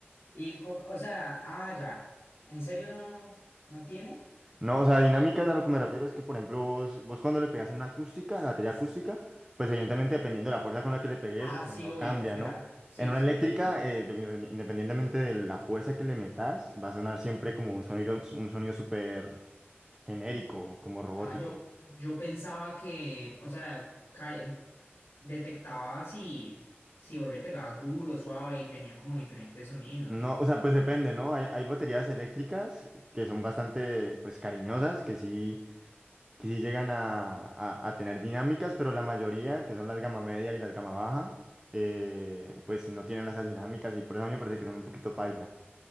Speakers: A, on the left; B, on the right.
A: Y, co- o sea, ah, ya, ¿en serio no, no tiene?
B: No, o sea, dinámicas a lo que me refiero es que, por ejemplo, vos, vos cuando le pegas en una acústica,
A: S-
B: la batería
A: s-
B: acústica, pues evidentemente dependiendo de la fuerza con la que le pegues,
A: Ah,
B: el sonido
A: sí, obvio,
B: cambia,
A: suena,
B: ¿no?
A: sí,
B: En una
A: sí,
B: eléctrica,
A: obvio.
B: eh, de- independientemente de la fuerza que le metas, va a sonar siempre como un sonido, un sonido súper genérico, como robótico.
A: Ah, yo, yo pensaba que, o sea, ca- en- detectaba si, si vos le pegabas duro, suave y tenía como diferentes sonidos.
B: No, o sea, pues depende, ¿no? Hay, hay baterías eléctricas que son bastante, pues, cariñosas, que sí, que sí llegan a, a- a tener dinámicas, pero la mayoría, que son las gama media y las gama baja, eh, pues no tienen esas dinámicas y por eso a mí me parece que son un poquito paila.